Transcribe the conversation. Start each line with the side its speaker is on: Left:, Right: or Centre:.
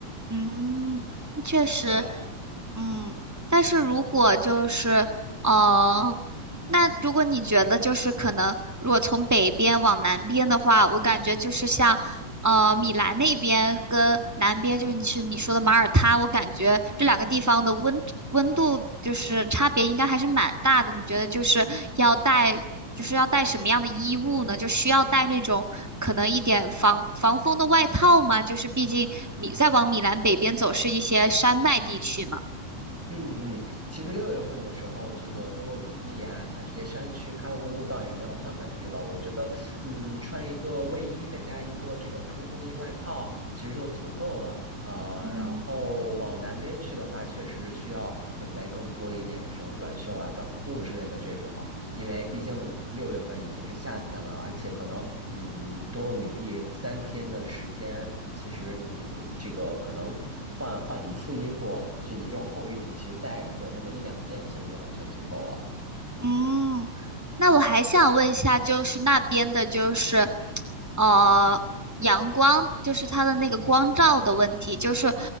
Right: 嗯，确实，
Centre: 对，
Right: 嗯，但是如果就是，呃，那如果你觉得就是可能，如果从北边往南边的话，我感觉就是像，呃，米兰那边跟南边就是你是你说的马耳他，我感觉这两个地方的温温度就是差别应该还是蛮大的。你觉得就是要带就是要带什么样的衣物呢？就需要带那种可能一点防防风的外套吗？就是毕竟米再往米兰北边走是一些山脉地区嘛。
Centre: 嗯嗯，其实六月份的时候，这个多洛米蒂呀、像这些山区，它的温度倒也没有那么低了。我觉得，嗯，穿一个卫衣，再加一个这种冲锋衣外套，其实就足够了。呃，
Right: 嗯，
Centre: 然后往南边去的话，确实是需要准备更多一点这种短袖啊、短裤之类的这种。因为毕竟六月份已经是夏天了，而且可能嗯，多洛米蒂三天的时间，其实你你这个可能换换一次衣服，就你这种厚衣服，其实带个那么一两件，其实就完全足够了。
Right: 嗯，那我还想问一下，就是那边的，就是呃，阳光，就是它的那个光照的问题，就是